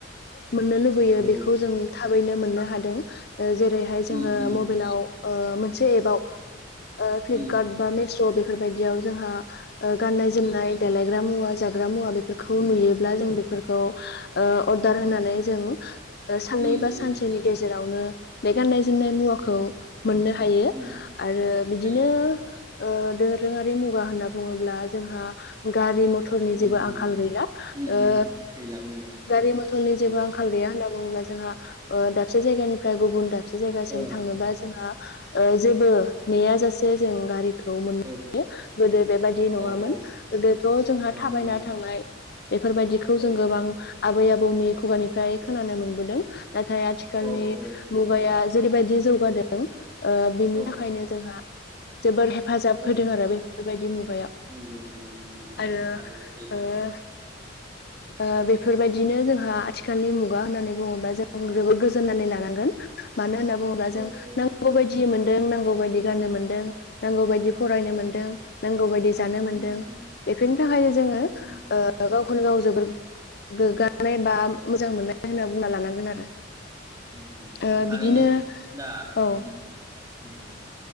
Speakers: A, on the left; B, on the right.
A: <inaudible> मोननो लुबैयो
B: नंगौ
A: बेखौ जों था थाबैनो मोननो हादों। ओ‌ जेरैहाय जोङो
B: उम उम
A: मबेलाव ओ मोनसे एबाव ओ फ्लिपकार्ट
B: उम
A: बा मेश बेफ फोर बायदियावस जोंहा ओ गाननाय जोमनाय देलाय ग्रा मुवा जाग्रा मुवा बेफोरखौ नुयोब ब्ला जों बेफ खौ ओ अरदार होनानै जों ओ साननै
B: उम
A: बा सानसेनि गेजेराव <unintelligible> बे गानायज जोमनाय मुवाखौ
B: उम
A: मोननो हायो
B: उम
A: आरो बिदिनो
B: हायो
A: ओ
B: हायो
A: दोरोङारि मुगा होनना बुङोब्ला जोंहा गारि मथ थरनि
B: उम
A: जेबो
B: उम
A: आंखाल गैला ओ
B: उम गैला गैला
A: गारि मथल नि
B: नंगौ
A: जेबो आंखाल गैया होना बुङोब्ला जोंहा ओ दाबसे जायगानिफ्राय गुबन दाब से जायगासिम
B: औ
A: थांनोबा जोंहा ओ जेबो नेयाजासे जों गारिख खौ मोननो
B: औ
A: हायो गोदो बेबायदि नङामोन
B: औ औ
A: गोदोथ' जोंहा
B: नङामोन
A: थाबायना थांनाय बेफोरबायदिख जों
B: औ
A: गोबां आबै आबौनि खुगानिफ्राय खोनानो मोनबोदों। नाथाय आथिखालनि
B: औ औ
A: मुगाया जेरैबायदि जौगादों ओ बिनि
B: औ
A: थाखायनो जोंहा जोबोर हेब हेफाजाब
B: औ
A: होदों आरो बेफोरबायदि मुगायाव
B: नंगौ नंगौ नंगौ नंगौ
A: आरो
B: थारैनो सैथो
A: ओ
B: खोथा
A: ओ
B: औ
A: बेफोरबायदि बिनो जोंहा आथिखालनि मुगा होननानै बुङोब्ला जों जोबोद गोजोननानै लानांगोन। मानो होनना बुङोब्ला
B: औ
A: जों
B: औ
A: नांगौ बायदि मोन जों नांगौ बादि गाननो मोनदों नांगौ बादि फरायनो मोनदों नांगौ बादि जानो मोनदों
B: उम उम
A: बेफोरनि थाखायनो जोङो
B: उम उम
A: ओ गाव‌ औ औ जोबोर गोग्गानाय बा मोजां मोननाय होनना बुंना लानांगोन आरो।
B: नंगौ नंगौ
A: ओ
B: थारैनो
A: बिदिनो
B: दा
A: औ
B: उम नंगौ।